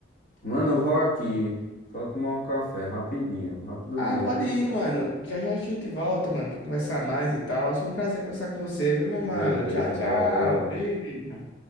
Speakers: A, on the left (about 45°); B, on the left (about 65°).
A: Mano, eu vou aqui. Só tomar um café, rapidinho, rápido
B: Ah,
A: mesmo.
B: pode ir, mano. Já já a gente volta, mano, pra conversar mais e tal. Foi um prazer conversar com você, viu, meu
A: Beleza,
B: mano? Tchau, tchau.
A: valeu.
B: Beijo.